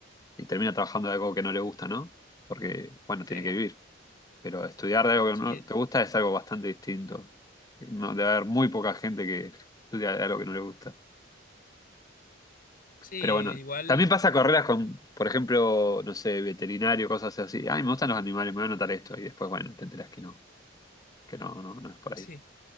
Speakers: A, on the left (about 20°); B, on the left (about 45°).
A: y termina trabajando de algo que no le gusta, ¿no? Porque, bueno,
B: sí,
A: tiene que vivir, pero estudiar de algo que
B: sí,
A: no te gusta es algo bastante distinto. No, debe haber muy poca gente que estudia de algo que no le gusta.
B: sí,
A: Pero bueno,
B: al igual,
A: también pasa carreras con, por ejemplo, no sé, veterinario, cosas así. Ay, me gustan los animales, me voy a anotar esto. Y después, bueno, te enteras que no, que no, no, no es por
B: sí,
A: ahí.